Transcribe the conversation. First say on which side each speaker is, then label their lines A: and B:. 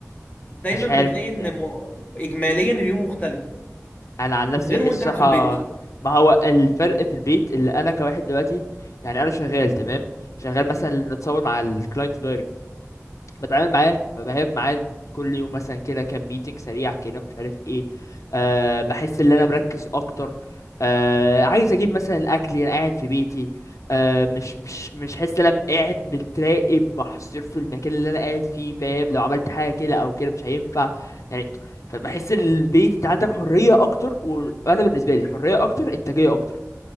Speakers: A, on the left; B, on the left.
A: دايما
B: مش عارف
A: بتلاقي ان
B: يعني
A: م... اجماليا اليوم مختلف
B: انا عن نفسي
A: غير
B: بحس
A: وانت قاعد
B: صراحه
A: في البيت
B: ما هو الفرق في البيت اللي انا كواحد دلوقتي يعني انا شغال تمام شغال مثلا نتصور مع الكلاينت دايركت بتعامل معاه فبهاب معاه كل يوم مثلا كده كام ميتنج سريع كده مش عارف ايه أه بحس ان انا مركز اكتر أه عايز اجيب مثلا الاكل انا قاعد في بيتي أه مش مش مش حاسس ان انا قاعد متراقب محصور في المكان اللي انا قاعد فيه فاهم لو عملت حاجه كده او كده مش هينفع يعني فبحس ان البيت انت عندك حريه اكتر و- وانا بالنسبه لي حريه اكتر انتاجيه اكتر